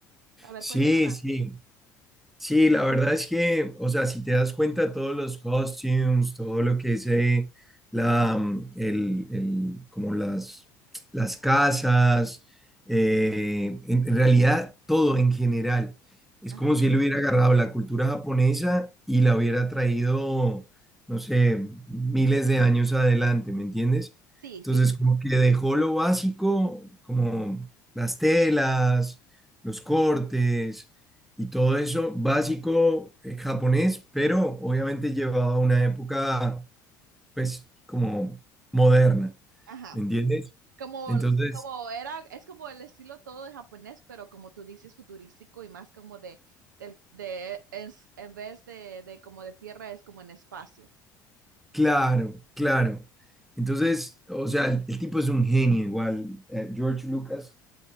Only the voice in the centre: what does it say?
Sí,
sí. Sí, la verdad es que, o sea, si te das cuenta, todos los costumes, todo lo que es eh, la, mm, el, el- como las, las casas, eh, en, en realidad todo en general. Es
como si él hubiera agarrado la cultura japonesa y la hubiera traído, no sé, miles de años adelante, ¿me entiendes?
Entonces,
como que dejó lo básico, como las telas, los cortes y todo eso básico eh, japonés, pero obviamente llevado a una época, pues, como moderna,
¿me entiendes?
Entonces,
claro, claro. Entonces, o sea, el, el tipo es un genio igual. eh, George Lucas